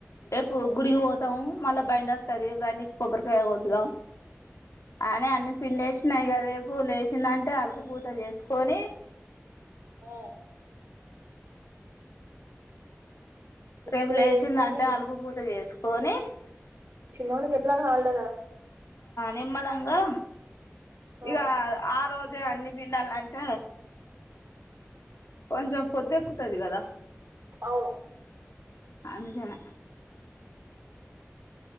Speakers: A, on the left; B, on the right.
A: రేపు గురిగిపోతాము మళ్ళా బైండ్ వస్తుది బైంకి కొబ్బరికాయ కొటిగా అని అన్న పింలేేసినాయి గద రేపు లేచిందంటే అలుగు పూత చేసుకొని
B: ఆ ఉక్కుపోతే
A: రేపు లేచంద
B: వేసుకొని
A: అంటే అలుపు పూట చేసుకో పోనే
B: చిన్నవుని కేట్లా హాలిడే కదా
A: నిమ్మలాంగా
B: ఆ
A: ఇక ఆ రోజు అన్ని పిడాలాంట కొంచెం పొద్దుక్కుతుది కదా
B: అవును
A: అందుకానే